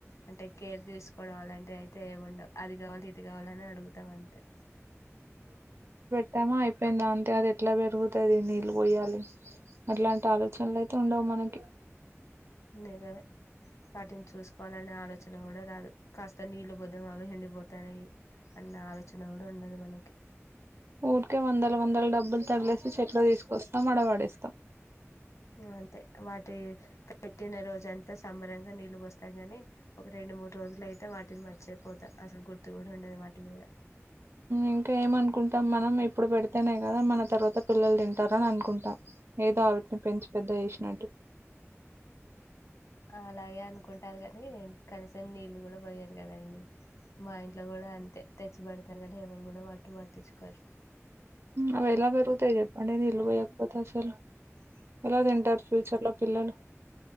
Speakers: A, on the left (about 80°); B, on the right (about 55°).
A: అంటే కేర్ తీసుకోవడం అలాంటివి అయితే ఏముండవ్ అది కావాలి ఇది కావాలని అడుగుతాం అంతే
B: త్తామా అయిపోయిందా అంతే అది ఎట్లా పెరుగుతుది నీళ్ళు పొయ్యాలి అట్లాంటి ఆలోచనలు అయితే ఉండవు మనకి
A: నిజమే వాటిని చూసుకోవాలని ఆలో చన కూడా రాదు కాస్త నీళ్లు పోద్దాం అవి ఎండిపోతాయి అన్న ఆలోచన కూడా ఉండదు వాళ్ళకి
B: ఊరికే వందల వందల డబ్బులు తగిలేసి చెట్లు తీసుకొస్తాం అడవాడేస్తాం
A: అంతే వాటి పెట్టినరోజ అంతా సంబరంగా నీళ్లు పోస్తాం గాని ఒక రెండు మూడు రోజులు అయితే వాటిని మర్చేపోతాం అసలు గుర్తు కూడా ఉండదు వాటి మీద
B: ఇంకా ఏమనుకుంటాం మనం ఇప్పుడు పెడితేనేయి కదా మన తర్వాత పిల్లలు తింటారని అనుకుంటాం ఏదో అవిటిని పెంచి పెద్ద చేసినట్టు
A: అలాగే అనుకుంటారు గ నీ కనీసం నీళ్ళు కూడా పోయరు కదండి మా ఇంట్లో కూడా అంతే తెచ్చి పెడుత్ తరు గనీ ఎవరు కూడా వాటు వట్టించుకోరు
B: అవి ఎలా పెరుగుతాయి చెప్పండి నీళ్లు పోయాక పోతే అసలు ఎలా తింటారు ఫ్యూచర్ లో పిల్లలు